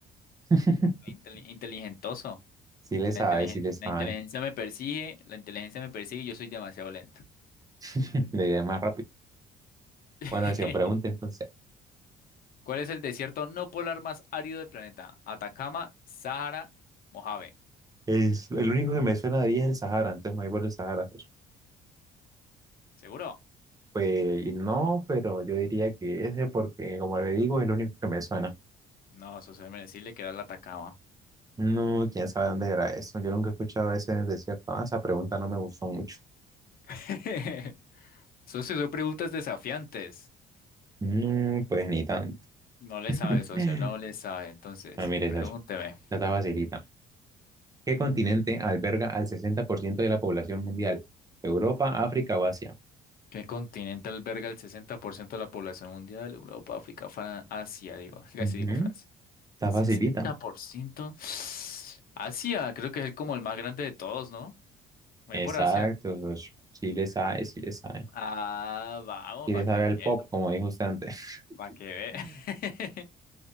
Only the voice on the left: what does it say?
Intel- inteligentoso.
La,
inteligen-
la inteligencia me persigue, la inteligencia me persigue y yo soy demasiado lento.
<laughs>
¿Cuál es el desierto no polar más árido del planeta? Atacama, Sahara, Mojave.
¿Seguro?
No, eso se me decirle que era el Atacama.
<laughs> Socio, son preguntas desafiantes.
No le
sabe, socio, no le sabe. Entonces,
pregúnteme.
¿Qué continente alberga el 60% de la población mundial? Europa, África, Fran- Asia, digo. <laughs> Casi
digo Francia.
60%.
Asia, creo que es el- como el más grande de todos, ¿no? Voy
por Asia.
Ah, vamos,
para
que vea,
para que vea.
<laughs>